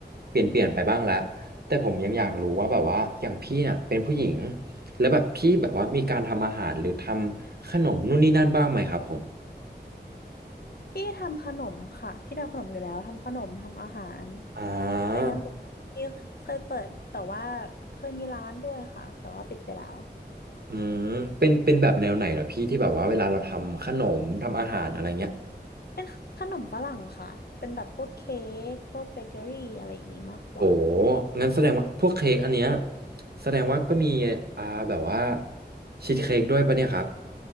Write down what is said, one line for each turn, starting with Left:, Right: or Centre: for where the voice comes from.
Right: เปลี่ยนเปลี่ยนไปบ้างแล้วแต่ผมยังอยากรู้ว่าแบบว่าอย่างพี่เนี่ยเป็นผู้หญิงแล้วแบบพี่แบบว่ามีการทำอาหารหรือทำขนมนู่นนี่นั่นบ้างไหมครับผม
Left: พี่ทำขนมค่ะพี่ทำขนมอยู่แล้วทำขนมทำอาหาร
Right: อ่า
Left: เป็นเรื่องปกติที่เคยเปิดแต่ว่าเคยมีร้านด้วยค่ะแต่ว่าปิดไปแล้ว
Right: อืมเป็นเป็นแบบแนวไหนเหรอพี่ที่แบบว่าเวลาเราทำขนมทำอาหารอะไรเงี้ย
Left: เป็นขนมฝรั่งค่ะเป็นแบบพวกเค้กพวกเบเกอรี่อะไรอย่างงี้มากกว่า
Right: โอ้งั้นแสดงว่าพวกเค้กอันเนี้ยแสดงว่าก็มีอ่าแบบว่าชีสเค้กด้วยปะเนี่ยครับ